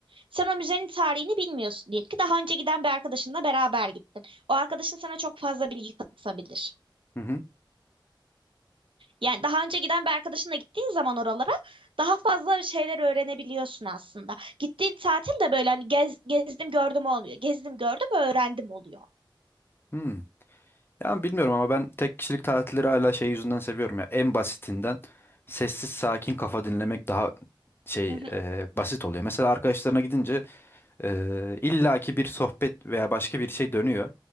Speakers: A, on the right; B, on the left.
A: Sen o müzenin tarihini bilmiyorsun diyelim ki daha önce giden bir arkadaşınla beraber gittin. O arkadaşın sana çok fazla bilgi katabilir.
B: hı. hı.
A: Yani daha önce giden bir arkadaşınla gittiğin zaman oralara daha fazla şeyler öğrenebiliyorsun aslında. Gittiğin tatil de böyle hani gez, gezdim gördüm olmuyor. Gezdim gördüm öğrendim oluyor.
B: Hmm. Ya bilmiyorum ama ben tek kişilik tatilleri hala şey yüzünden seviyorum ya. En basitinden sessiz sakin kafa dinlemek daha şey
A: Hı hı,
B: e, basit oluyor. Mesela arkadaşlarına gidince e, illaki bir sohbet veya başka bir şey dönüyor.